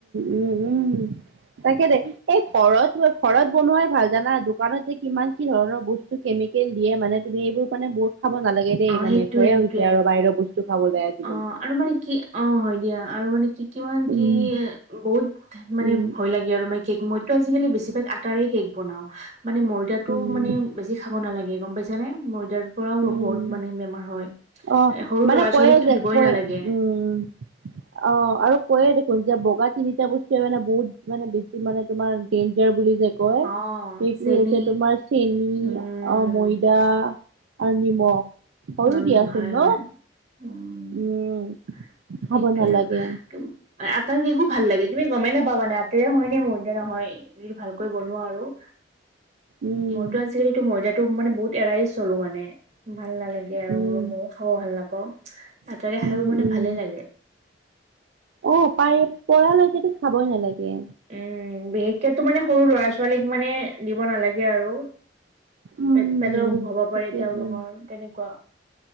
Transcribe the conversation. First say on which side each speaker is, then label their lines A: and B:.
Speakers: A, on the right; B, on the right.
A: উম, উম। তাকে দে এই ঘৰত ঘৰত বনোৱাই ভাল জানা! দোকানত যে কিমান কি ধৰণৰ বস্তু কেমিকেল দিয়ে মানে তুমি এইবোৰ মানে বস্তু- খাব নালাগে দেই,
B: অ
A: মানে
B: সেইটোয়ে
A: ভয়ে
B: সেইটোয়ে
A: হৈছে আৰু বাহিৰ বস্তু খাব লে আজিকালি।
B: অ আৰু মানে কি, অ হয় দিয়া আৰু মানে- কি কিমান
A: উম।
B: কি, বহুত মানে
A: উম,
B: ভয় লাগে আৰু মাই- কেক মইতো আজিকালি বেছিভাগ আটাৰে কেক বনাওঁ। মানে ময়দাটো
A: উম,
B: মানে বেছি খাব নালাগে গম পাইছানে? ময়দাৰ পৰাও
A: উম,
B: বহুত মানে বেমাৰ হয়।
A: অ',
B: এ সৰু
A: মানে
B: ল'ৰা
A: কয়ে
B: ছোৱালীকতো
A: যে
B: দিবই
A: কয়
B: নালাগে
A: উম- অ', আৰু কৈয়ে দেখোন যে বগা তিনিটা বস্তুৱে মানে বহুত মানে বেছি মানে তোমাৰ ডেইঞ্জাৰ বুলি যে- কয়,
B: অ
A: সেইটো
B: চেনি
A: হৈছে তোমাৰ চেনী,
B: উম
A: অ ময়- দা আৰু নিমখ। হয়ো
B: উম,
A: দিয়াচোন
B: হয়
A: ন
B: হয়। উম,
A: উম
B: সেইটোৱে
A: খাব নালাগে
B: আৰু। কিন- আটাৰ কেকো ভাল লাগে। তুমি গমেই নাপাবা মানে আটাৰে হয় নে ময়দাৰে হয়! যদি ভালকৈ বনোৱা আৰু-
A: উম
B: মইতো আজিকালি ময়দাটো মানে বহুত এৰায়ে চলোঁ মানে, ভাল নালাগে। বেয়াও
A: উম
B: হয়, মইও খাব ভাল নাপাওঁ। আটাৰে খাইও
A: উম,
B: মানে
A: উম।
B: ভালে লাগে
A: অ' পাৰি পৰালৈকেতো খাবই নালাগে।
B: উম, বিশেষকেতো মানে সৰু ল'ৰা-ছোৱালীক মানে দিব নালাগে আৰু
A: উম
B: পেটৰ অসুখ হব
A: ঠিকে
B: পাৰে তেওঁলোকৰ,
A: আছে
B: তেনেকুৱা।